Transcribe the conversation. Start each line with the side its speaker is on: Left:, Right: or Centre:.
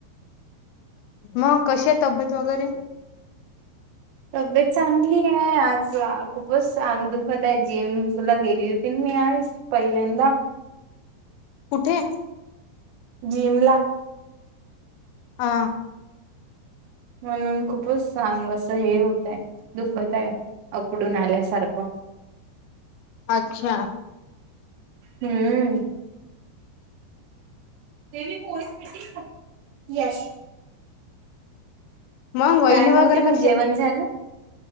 Left: मग कशी तब्येत वगैरे
Right: तब्येत चांगली आहे आज खूपच अंग दुख दखत आहे जिमला गेली होती मी आज पहिल्यांदा.
Left: कुठे?
Right: जिमला.
Left: हा.
Right: म्हणून खूपच सांग असं हे होत आहे दुखत आहे. उकडून आल्यासारखं
Left: अच्छा
Right: हम्म तेस भेट यश
Left: मंग वहिनी
Right: काय म्हणते
Left: वगैरे
Right: मग
Left: कश
Right: जेवण
Left: आहेत
Right: झालं